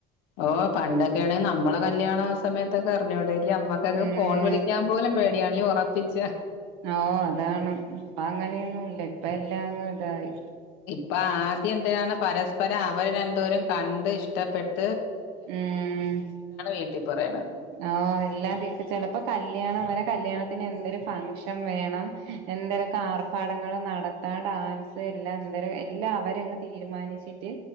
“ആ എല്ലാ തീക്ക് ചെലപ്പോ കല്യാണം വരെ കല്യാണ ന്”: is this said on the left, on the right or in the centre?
Right